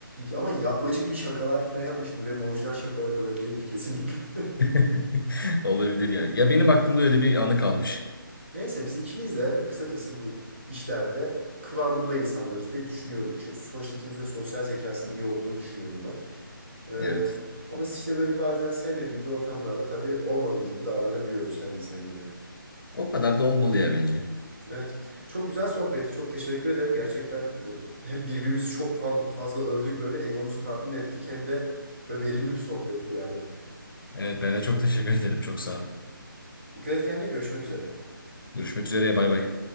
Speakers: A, on the right; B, on the left.
A: Ama yapmacık bir şakalar falan yapmışımdır. Benim orijinal şakalarım öyle değildir kesinlikle. <laughs>
B: <laughs> Olabilir ya. Ya benim aklımda öyle bir anı kalmış.
A: Neyse biz ikimiz de kısacası bu işlerde kıvamında insanlarız diye düşünüyorum. Çünkü sonuçta ikimizin de sosyal zekasının iyi olduğunu düşünüyorum ben. Ee,
B: Evet.
A: ama işte böyle bazen sevmediğimiz ortamlarda tabii olmadığımız gibi davranabiliyoruz her insan gibi.
B: O kadar da olmalı ya bence.
A: Evet. Çok güzel sohbetti. Çok teşekkür ederim. Gerçekten böyle hem birbirimizi çok fa- fazla övdük böyle egomuzu tatmin ettik hem de böyle verimli bir sohbetti yani.
B: Evet ben de çok teşekkür ederim. Çok sağ ol.
A: Dikkat et kendine. Görüşmek üzere.
B: Görüşmek üzere. Bay bay.